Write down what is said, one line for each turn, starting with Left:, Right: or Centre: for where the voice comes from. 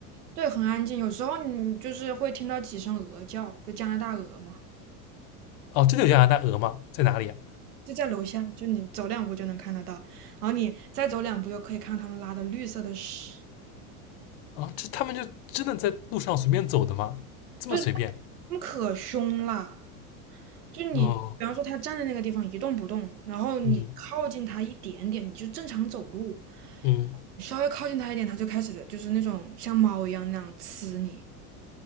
Right: 对，很安静。有时候你就是会听到几声鹅叫，就加拿大鹅嘛，
Left: 哦，真的有加拿大鹅吗？在哪里啊？
Right: 就在楼下，就你走两步就能看得到，然后你再走两步又可以看到他们拉的绿色的屎。
Left: 啊，这他们就真的在路上随便走的吗？这么随便？
Right: 对他们可凶了，就你，
Left: 哦，
Right: 比方说他站在那个地方一动不动，然后你靠近他一点点，
Left: 嗯
Right: 你就正常走路，
Left: 嗯。
Right: 你稍微靠近他一点，他就开始就是那种像猫一样那样呲你，